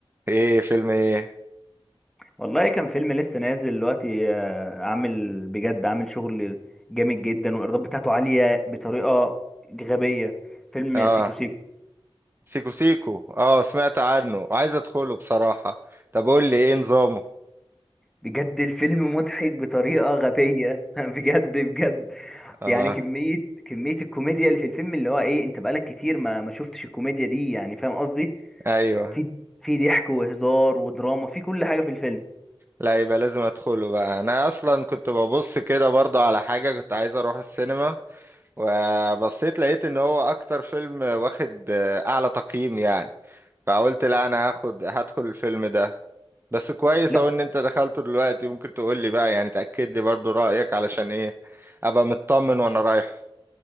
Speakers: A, on the right (about 25°); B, in the centre.
A: ايه فيلم ايه
B: والله كان فيلم لسه نازل دلوقتي آه، عامل بجد عامل شغل جامد جدا والايرادات بتاعته عالية بطريقة غبية فيلم
A: اه
B: سيكو سيكو
A: سيكو سيكو اه سمعت عنه وعايز ادخله بصراحة طب قول لي ايه نظامه
B: بجد الفيلم مضحك بطريقة غبية <laughs> بجد بجد
A: اه
B: يعني كمية كمية الكوميديا اللي في الفيلم اللي هو ايه انت بقالك كتير ما ما شفتش الكوميديا دي يعني فاهم قصدي
A: ايوه
B: في في ضحك وهزار ودراما في كل حاجة في الفيلم
A: لا يبقى لازم ادخله بقى انا اصلا كنت ببص كده برضه على حاجة كنت عايز اروح السينما وبصيت لقيت ان هو اكتر فيلم واخد آه، اعلى تقييم يعني فقلت لا انا هاخد هدخل الفيلم ده بس كويس
B: لا
A: اهو ان انت دخلته دلوقتي ممكن تقول لي بقى يعني تأكد لي برضو رأيك علشان ايه ابقى مطمن وانا رايح